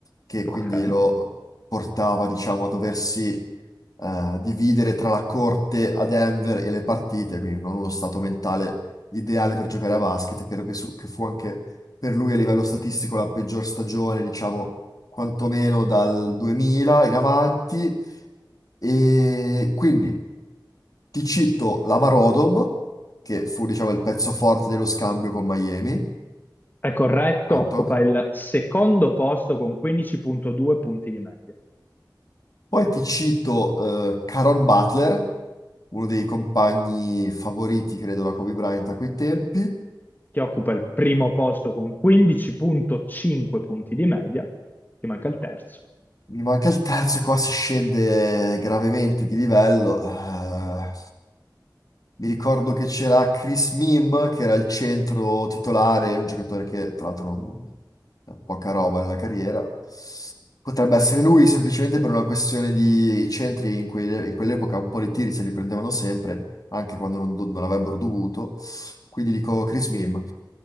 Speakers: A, on the left; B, on the left.
A: che quindi
B: Ok.
A: lo portava, diciamo, a doversi eh, dividere tra la corte a Denver e le partite, quindi non uno stato mentale ideale per giocare a basket. Credo che, su- che fu anche per lui a livello statistico la peggior stagione, diciamo, quantomeno dal 2000 in avanti. E quindi ti cito la Marodom, che fu, diciamo, il pezzo forte dello scambio con Miami.
B: È corretto,
A: Esatto.
B: occupa il secondo posto con 15.2 punti di media.
A: Poi ti cito eh, Caron Butler, uno dei compagni favoriti, credo, da Kobe Bryant a quei tempi.
B: Chi occupa il primo posto con 15.5 punti di media, ti manca il terzo.
A: Mi manca il terzo e qua si scende gravemente di livello. Eh, mi ricordo che c'era Chris Mim, che era il centro titolare, un giocatore che tra l'altro non ha poca roba nella carriera. Potrebbe essere lui semplicemente per una questione di i centri in, quelle- in quell'epoca un po' di tiri se li prendevano sempre, anche quando non, non avrebbero dovuto. Quindi dico Chris Mim.